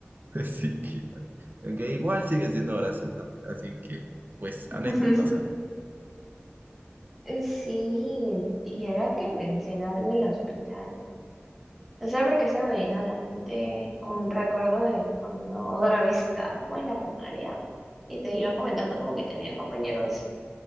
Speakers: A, on the right; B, in the centre.
A: <laughs> Así que, aunque igual sigue siendo graciosa. Así que, pues,
B: <laughs>
A: anécdotas, anécdotas.
B: Sí, y ahora que mencionas del hospital, o sea, porque se me vino a la mente un recuerdo de cuando otra vez estaba como en la primaria y te iba comentando como que tenía compañeros